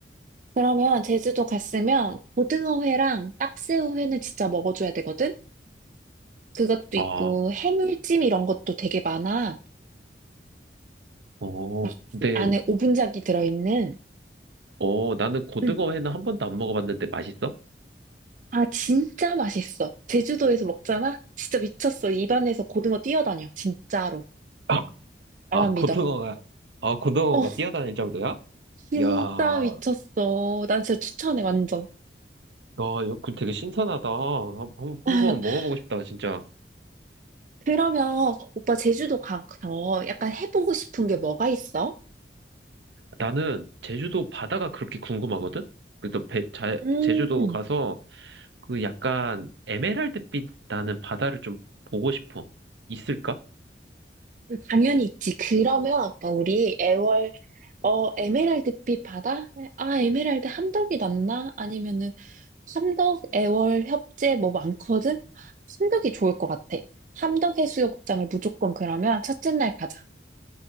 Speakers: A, on the right; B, on the right.
A: 그러면 제주도 갔으면 고등어회랑 딱새우회는 진짜 먹어줘야 되거든? 그것도
B: 아,
A: 있고 해물찜 이런 것도 되게 많아.
B: 어,
A: 막
B: 근데,
A: 안에 오분작이 들어있는.
B: 어, 나는 고등어
A: 응.
B: 회는 한 번도 안 먹어봤는데 맛있어?
A: 아, 진짜 맛있어. 제주도에서 먹잖아? 진짜 미쳤어. 입안에서 고등어 뛰어다녀. 진짜로.
B: 아,
A: 나만
B: 아, 고등어가,
A: 믿어.
B: 아, 고등어가
A: 어,
B: 뛰어다닐 정도야?
A: 진짜
B: 이야, 야,
A: 미쳤어. 난 진짜 추천해, 완전.
B: 이거 그 되게 신선하다. 한, 한-
A: <laughs>
B: 한번 먹어보고 싶다, 진짜.
A: 그러면 오빠 제주도 가서 약간 해보고 싶은 게 뭐가 있어?
B: 나는 제주도 바다가 그렇게 궁금하거든? 그래서 배, 자,
A: 음,
B: 제주도 가서 그 약간 에메랄드빛 나는 바다를 좀 보고 싶어. 있을까?
A: 당연히 있지. 그러면 오빠 우리 애월 어 에메랄드빛 바다? 아 에메랄드 함덕이 낫나? 아니면은 함덕 애월 협재 뭐 많거든? 함덕이 좋을 것 같아. 함덕 해수욕장을 무조건 그러면 첫째 날 가자.